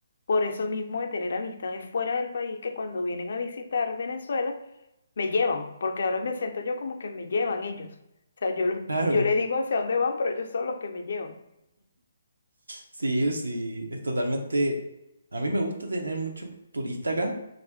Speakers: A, on the left (about 65°); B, on the right (about 80°).
A: por eso mismo de tener amistades fuera del país que cuando vienen a visitar Venezuela me llevan, porque ahora me siento yo como que me llevan ellos. O sea, yo, los-
B: Claro,
A: yo les digo hacia dónde van, pero ellos son los que me llevan.
B: sí, sí, es totalmente, a mí me gusta tener mucho turista acá,